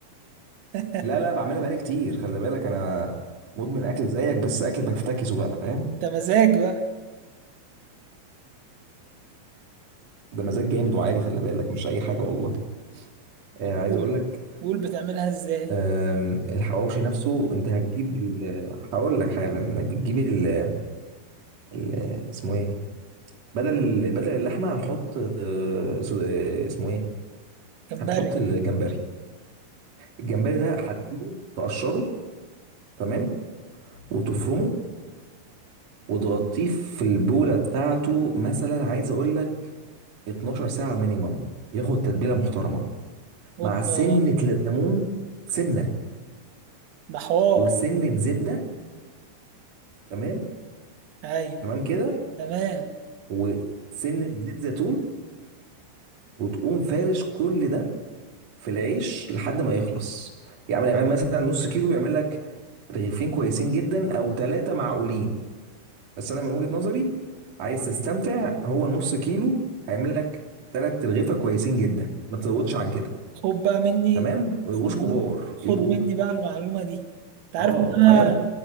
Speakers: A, on the right; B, on the right.
A: <laughs>
B: لا لا بعملها بقالي كتير خلي بالك انا مدمن اكل زيك بس اكل بفتكسه بقى فاهم
A: انت مزاج بقى
B: ده مزاج جامد وعالي خلي بالك مش اي حاجه والله آه
A: طب
B: عايز
A: قول
B: اقول لك
A: قول بتعملها ازاي
B: آم، الحواوشي نفسه انت هتجيب ال- هقول لك حالا بتجيب ال ال- اسمه ايه بدل ال- بدل اللحمه هنحط آه، سو- آه، اسمه ايه
A: جمبري
B: هتحط الجمبري الجمبري ده هتجيبه تقشره تمام وتفرمه وتغطيه في البوله بتاعته مثلا عايز اقول لك 12 ساعة مينيمم ياخد تتبيلة محترمة
A: اوبا
B: مع سنة ليمون سنة
A: ده حوار
B: وسنة زبدة تمام
A: ايوه
B: تمام كده
A: تمام
B: وسنة زيت زيتون وتقوم فارش كل ده في العيش لحد ما يخلص يعمل يعني مثلا نص كيلو يعمل لك رغيفين كويسين جدا او ثلاثة معقولين بس انا من وجهة نظري عايز تستمتع هو النص كيلو هيعمل لك ثلاث رغيفة كويسين جدا ما تزودش عن كده
A: خد بقى مني
B: تمام ويبقوش
A: خد
B: كبار
A: مني خد
B: يبقوا
A: مني بقى المعلومة دي انت عارف
B: اه
A: ان انا
B: فاهم